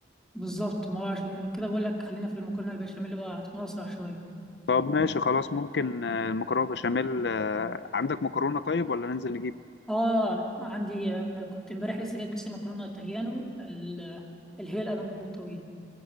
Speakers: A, in the centre; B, on the left (about 75°).
A: بالظبط ما هو عشان كده بقول لك خلينا في المكرونه البشاميل بقى هتكون اسرع شويه
B: طب ماشي خلاص ممكن آه، المكرونة بشاميل آه، عندك مكرونة طيب ولا ننزل نجيب
A: اه عندي آه، كنت امبارح لسه جايب كيسين مكرونه ايطاليانو ال- اللي هي القلم الطويل